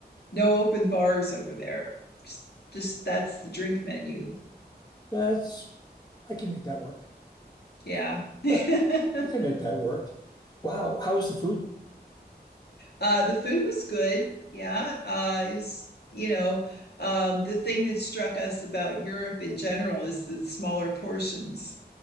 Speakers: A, on the left; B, on the left.
A: No open bars over there. Just, just that's the drink menu.
B: That's, I can make that work.
A: Yeah.
B: <laughs>
A: <laughs>
B: I can make that work. Wow. How was the food?
A: Uh, the food was good. Yeah. Uh, it was, you know, um, the thing that struck us about Europe in general is the smaller portions.